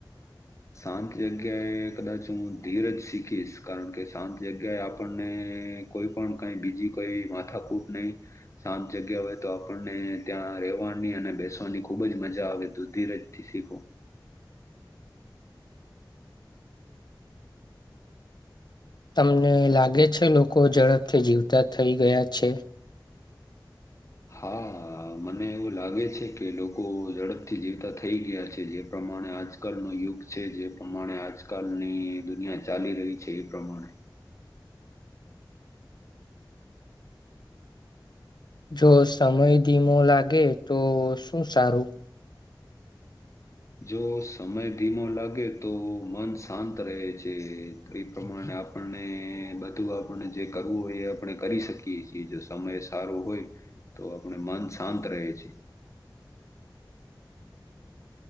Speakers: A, on the left; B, on the left.
A: શાંત જગ્યાએ કદાચ હું ધીર જ શીખીશ કારણ કે શાંત જગ્યાએ આપણને- - કોઈ પણ કઈ બીજી કોઈ માથાકૂટ નહી શાંત જગ્યા હોય તો આપણને ત્યાં- - ર રહેવાની અને બેસવાની ખુબ જ મજા આવે તો ધીરજથી શીખો.
B: તમને લાગે છે લોકો ઝડપથી જીવતા થઈ ગયા છે?
A: હા. આ મને એવું લાગે છે કે લોકો ઝડપથી જીવતા થઈ ગયા છે જે પ્રમાણે આજકાલ- - ન યુગ છે જે પ્રમાણે આજકાલની દુનિયા ચાલી રહી છે એ પ્રમાણે- -
B: જો સમય ધીમો લાગે તો શું સારું?
A: જો સમય ધીમો લાગે તો મન શાંત રહે છે એ પ્રમાણે- - આપણને બધું આપણને જે કરવું હોય એ આપણે કરી શકીએ છીએ જો સમય સારો હોય- - તો આપણે મન શાંત રહે છે.